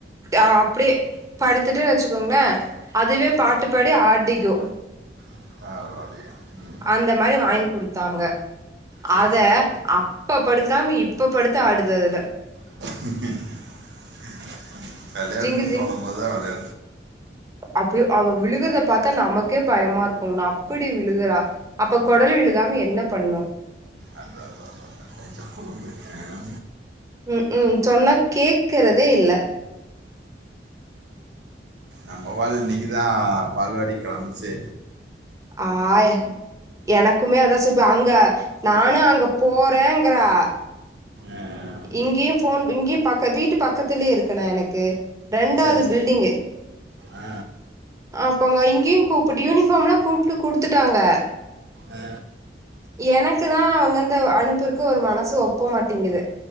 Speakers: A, on the right (about 20°); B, on the right (about 75°).
A: அ அப்புடியே படுத்துட்டு வச்சுக்கோங்களே அதுவே பாட்டு பாடி ஆட்டிக்கு
B: <unintelligible>
A: அந்த மாரி வாய்ங் குடுத்தாங்க
B: சரி
A: அத
B: சரி
A: அப்ப படுக் க்காமி இப்ப படுத்து ஆடுது அதுல
B: <inaudible> கல்யாண்ன்னு
A: ஜிங்கு
B: தோணும் போது <unintelligible>
A: அப்படியோ அவ விழுகுறத பார்த்தா நமக்கே பயமா இருக்குங் <unintelligible> நா அப்டி விழுகுறா அப்ப குடல் விழுகா மே என்ன பண்ணு
B: அந்த கொஞ்சம் குறும்பு ஆ.
A: ம் ம் சொன்ன கேக்குறதே இல்ல
B: நம்மவால் இன்னைக்கு தா பால்வாடி கிளம்புச்சு
A: ஆஹ எனக்குமே அதான் <unintelligible> அங்க நானு அங்க போறேங்கறா
B: ஆ.
A: இங்கேயு போன் இங்கேயு பக்க வீட்டு பக்கத்துலயே இருக்குனே எனக்கு ரெண்டாவது
B: சரி சரி
A: பில்டிங்கு
B: ஆ
A: அப்பங்க இங்கேயு கூப்பிட்டு யூனிபார்ம் எல்லா கூப்பிட்டு குடுத்துட்டாங்க
B: ஆ,
A: எனக்குதா அவங்க இந்த அனுப்புறக்கு ஒரு மனசு ஒப்ப மாட்டிங்குது